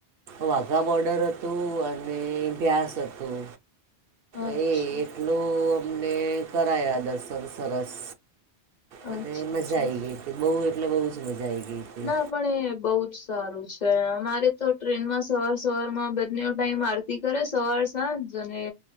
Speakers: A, on the right; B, on the left.
A: વાઘા બોર્ડર હતું, અને ભ્યાસ હતું.
B: અચ્છા
A: એ એટલું અમને કરાયા દર્શન સરસ.
B: અચ્છા
A: અને મજા
B: અચ્છા
A: આઈ ગઈ હતી, બહુ એટલે બઉુ જ મજા આ આવી હતી
B: ના.
A: ગઈ.
B: પણ એ બહ જ સારું છે, અમારે તો ટ્રેનમાં સવાર સવાર માં બંને ટાઈમ આ. કરે સવાર-સાંજ, અને